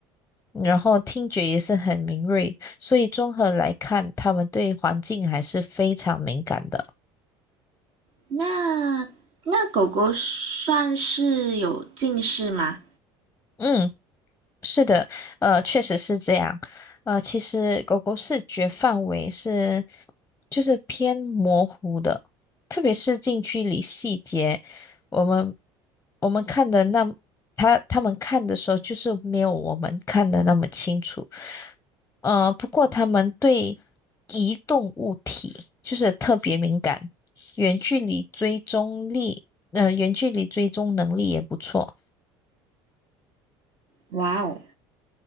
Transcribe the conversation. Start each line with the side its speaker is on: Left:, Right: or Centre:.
Left: 然后听觉也是很敏锐，所以综合来看，它们对环境还是非常敏感的。
Right: 那那狗狗算是有近视吗？
Left: 嗯。是的，呃，确实是这样。呃，其实狗狗视觉范围是就是偏模糊的，特别是近距离细节，我们我们看的那它它们看的时候，就是没有我们看的那么清楚。呃，不过它们对移动物体就是特别敏感，远距离追踪力，呃，远距离追踪能力也不错。
Right: 哇哦，